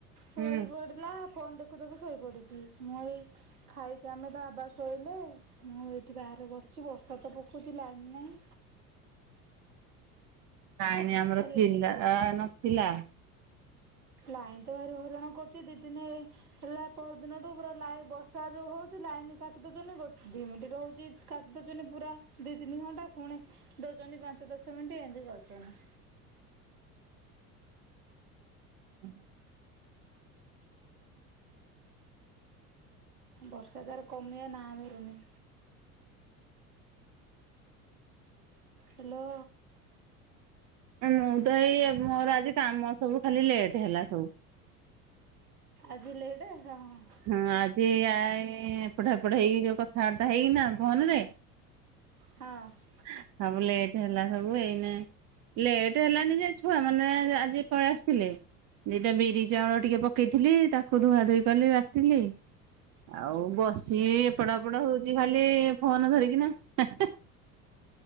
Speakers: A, on the right; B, on the right.
A: ଶୋଇ
B: ହୁଁ।
A: ପଡ ଡିଲା ଫୋନ ଦେଖୁ ଦେଖୁ ଶୋଇପଡିଚି ମୁଁ ଏଇ ଖାଇକି ଆମେ ତା ଆବା ଶୋଇଲେ ମୁଁ ଏଇଠି ବାହାରେ ବସିଚି ବର୍ଷା ତ ପକୋଉଚି ଲାଇନ୍ ନାଇଁ।
B: ନାଇଁନି
A: ନାହିଁ।
B: ଆମର ଥିଲା ଆ ନଥିଲା।
A: ଲାଇନ୍ ତ ଭାରି ହଇରାଣ କରୁଚି ଦି ଦିନି ଏଇ ହେଲା ପରଦିନଠୁ ପୁରା ଲାଇ ବର୍ଷା ଯୋଉ ହୋଉଚି ଲାଇନ୍ କାଟି ଦୋଉଚନ୍ତି ଗୋ ଦି ମିନଟି ରହୁ ନିତି କାଟି ଦୋଉଚନ୍ତି ପୁରା ଦି ତିନି ଘଣ୍ଟା ପୁଣି ଦୋଉଚନ୍ତି ପାଞ୍ଚ ଦଶ ମିନଟି ଏମତି କରୁଚନ୍ତି।
B: ହୁଁ <inaudible>
A: ବର୍ଷା ତାର କମିବା ନାଁ ଧରୁନି। ହେଲୋ।
B: ମୁଁ ତ ଏଇ, ମୋର ଆଜି କାମ ସବୁ ଖାଲି ଲେଟ୍ ହେଲା ସବୁ।
A: ଆଜି ଲେଟ୍ ହଁ ହଁ।
B: ହଁ ଆଜି ଏ ଆ ଏଇ ଏପଟେ ହେପଟେ ହେଇ କି, ଯୋଉ କଥାବାର୍ତ୍ତା ହେଇକିନା ଫୋନ ରେ
A: ହଁ।
B: ସବୁ ଲେଟ୍ ହେଲା ସବୁ, ଏଇନା ଲେଟ୍ ହେଲାନି ଯେ, ଛୁଆ ମାନେ ଆଜି ପଳେଇ ଆସିଥିଲେ। ଦିଟା ବିରି
A: ହଁ
B: ଚାଉଳ ଟିକେ ପକେଇଥିଲି, ତାକୁ ଧୁଆ ଧୁଇ କଲି ଵାଟିଲି। ଆଉ ବସିଚି ଏପଟ ଏପଟ ହଉଚି ଖାଲି ଫୋନ ଧରିକିନା, ହେଁ ହେଁ।